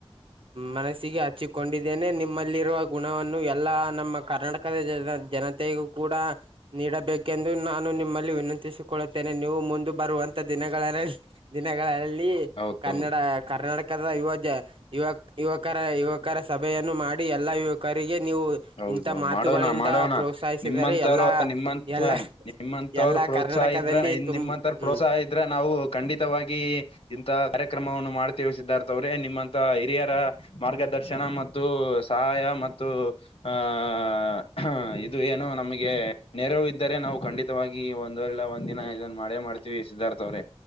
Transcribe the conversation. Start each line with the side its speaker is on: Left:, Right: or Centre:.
Right: ಮನಸ್ಸಿಗೆ ಹಚ್ಚಿಕೊಂಡಿದ್ದೇನೆ ನಿಮ್ಮಲ್ಲಿರುವ ಗುಣವನ್ನು ಎಲ್ಲಾ ನಮ್ಮ ಕರ್ನಾಟಕ ದ ಜನತೆಗೂ ಕೂಡ ನೀಡಬೇಕೆಂದು ನಾನು ನಿಮ್ಮಲ್ಲಿ ವಿನಂತಿಸಿ ಕೊಳುತ್ತೇನೆ ನೀವು ಮುಂದ ಬರುವಂತ ದಿನ ದಿನಗಳಲ್ಲಿ
Left: ಹೌದೌದು
Right: ಕನ್ನಡ ಕರ್ನಾಟಕ ಕ ಯುವ ಯುವ ಯುವಕರ ಯುವಕರ ಸಭೆಯನ್ನು ಮಾಡಿ ಎಲ್ಲಾ ಯುವಕರಿಗೆ ನೀವು
Left: ಹೌದೌದು
Right: ಇಂಥ ಮಾತುಗಳಿಂದ
Left: ಮಾಡೋಣ, ಮಾಡೋಣ,
Right: ಪ್ರೋತ್ಸಾಹಿಸಿದರೆ
Left: ನಿಮ್ಮಂತವ್ರ
Right: ಎಲ್ಲಾ
Left: ನಿಮ್ಮಂತ
Right: ಎಲ್ಲ
Left: ನಿಮ್ಮಂತವ್ರು
Right: ಎಲ್ಲಾ
Left: ಪ್ರೋತ್ಸಾಹ
Right: ಕರ್ನಾಟಕದಲ್ಲಿ
Left: ಇದ್ರ
Right: ತುಂ
Left: ನಿಮ್ಮಂತ
Right: ಹ್ಮ್
Left: ಪ್ರೋತ್ಸಾಹ ಇದ್ರೆ ನಾವು ಖಂಡಿತವಾಗಿ ಇಂತ ಕಾರ್ಯಕ್ರಮವನ್ನು ಮಾಡ್ತೇವೆ ಸಿದ್ಧಾರ್ಥವ್ರೆ ನಿಮ್ಮಂತ ಹಿರಿಯರ ಮಾರ್ಗದರ್ಶನ ಮತ್ತು ಸಹಾಯ ಮತ್ತು ಆಹ ಹಾ ಇದು ಏನು ನಮಗೆ ನೆರವು ಇದ್ದರೆ ನಾವು ಖಂಡಿತವಾಗಿ ಒಂದಲ್ಲ ಒಂದಿನ ಇದನ್ ಮಾಡೇ ಮಾಡ್ತವಿ. ತಿವಿ ಸಿದ್ಧಾರ್ಥ ಅವ್ರೇ